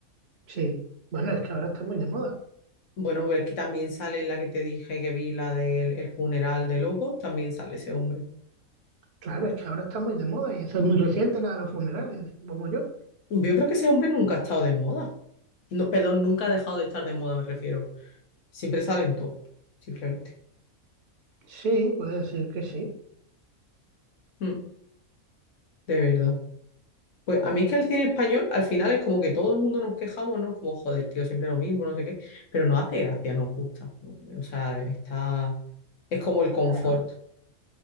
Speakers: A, on the right; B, on the left.
A: Sí, bueno, es que ahora está muy de moda.
B: Bueno, pues es que también sale en la que te dije que vi, la del el funeral de Locos, también sale ese hombre.
A: Claro, es que ahora está muy de moda y eso es muy reciente, la de los funerales, como yo.
B: Yo creo que ese hombre nunca ha estado de moda. No, perdón, nunca ha dejado de estar de moda, me refiero. Siempre sale en todo, simplemente.
A: Sí, puede decir que sí.
B: Mm, de verdad. Pues a mí es que el cine español al final es como que todo el mundo nos quejamos, ¿no? Como, joder, tío, siempre lo mismo, no sé qué. Pero no hace gracia, nos gusta. ¿no? O sea, está. Es como el confort,
A: Claro,